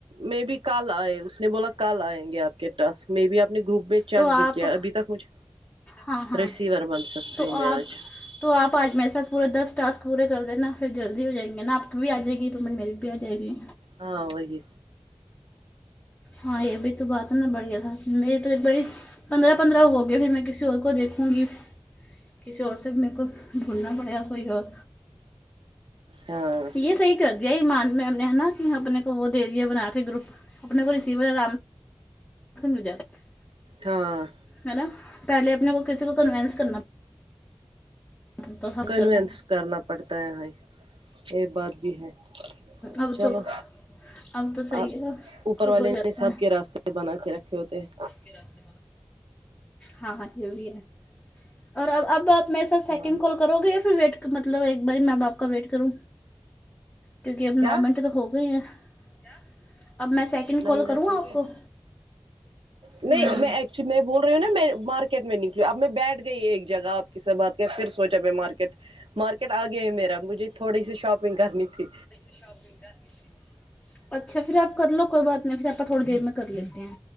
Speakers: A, on the right; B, on the left.
A: مے بھی کل آئے اس نے بولا کل آئیںگے آپ کے ٹاسک مے بھی آپ نے گروپ میں چیک
B: تو آپ
A: بھی کیا ابھی تک مجھ
B: ہاں ہاں
A: رسیور بن سکتی
B: تو
A: ہوں
B: آپ
A: میں آج
B: تو آپ آج میسج پورے دس ٹاسک پورے کر دینا پھر جلدی ہو جائیںگی نہ آپ کی بھی آ جائے گی پیمنٹ میری بھی آ جائے گی
A: ہاں وہی ہے
B: ہاں یہ بھی تو بات نہ بڑھیا سا میری تو ایک بڑی پندرہ پندرہ ہو گئے پھر میں کسی اور کو دیکھوںگی کسی اور سے میرے کو ڈھونڈنا پڑیگا کوئی اور
A: ہاں
B: یہ صحیح کر دیا میم نے ہے ناکی اپنے کو وہ دے دیا بنا کے گروپ اپنے کو ریسیور آرام سے <unintelligible>
A: ہاں
B: ہے نا پہلے اپنے کو کسی کو کنوینس کرنا پڑتا تھا
A: کنویںس
B: چلو
A: کرنا پڑتا ہے یہ بات بھی ہے
B: اب
A: چلو
B: تو اب تو صحیح
A: ا
B: ہے
A: اوپر
B: خود
A: والے
B: ہو
A: نے
B: جاتے
A: سب کے راستے بنا کے رکھے ہوتے ہیں
B: کے راستے ہاں ہاں یہ بھی ہے اور اب اب آپ میرے ساتھ سیکنڈ
A: ہاں
B: کال کرو گے یا پھر ویٹ مطلب ایک بار میں باپ کا ویٹ کروں کیونکہ اب
A: کیا
B: نو منٹ ہے تو ہو گئی ہے کیا اب میں سیکنڈ
A: نو
B: کال
A: منٹ
B: کروں
A: ہو
B: آپ
A: گئے
B: کو
A: نہیں
B: ہوں
A: میں ایکچولی میں وہ ہے نا میں مارکیٹ میں نکلی اب میں بیٹھ گئی ایک جگہ آپ کس سے بات کیا پھر سوچا میں مارکیٹ مارکیٹ آ گیا ہے میرا مجھے تھوڑی سی شاپنگ کرنی تھی
B: شاپنگ کرنی تھی اچھا پھر آپ کر لو کوئی بات نہیں پھر آپ تھوڑی دیر میں کر لیتے ہیں